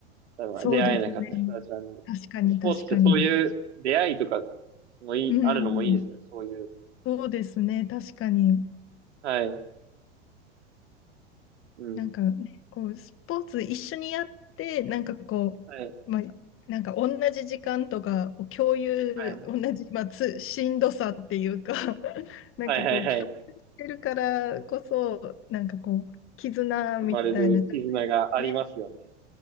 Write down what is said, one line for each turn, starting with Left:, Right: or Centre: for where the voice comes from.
Right: 多分出会えなかった人たちなんで、
Left: そうですね。確かに、
Right: スポーツってそういう出会いとか
Left: 確かに。
Right: もいい、
Left: うんうん。
Right: あるのもいいですよね、そういう。
Left: そうですね、確かに。
Right: はい。うん。
Left: なんかね、こう、スポーツ一緒にやって、なんかこ
Right: はい。
Left: う、まあ、なんか同じ時間とかを共有、
Right: はい。
Left: 同じ、まあ、つ、しんどさっていうか、<laughs> なんかこう、
Right: はいはいはい。
Left: 共有してるからこそ、なんかこう、絆みたいな、
Right: 生まれる絆がありますよね。
Left: ね、